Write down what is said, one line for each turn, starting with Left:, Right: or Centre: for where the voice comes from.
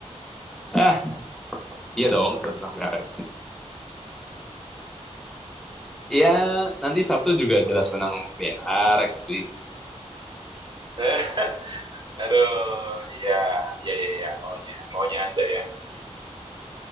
Centre: Ah, iya dong, jelas menang PRX. Iya, nanti Sabtu juga jelas menang PRX sih.
Right: <laughs> Aduh, ya, ya, ya, ya, maunya, maunya Anda ya.